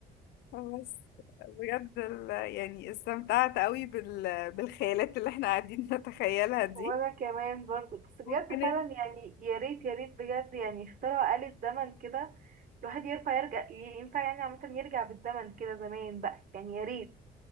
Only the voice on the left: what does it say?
بس بجد ال- يعني استمتعت قوي بال... بالخيالات اللي احنا قاعدين نتخيلها دي
وكانت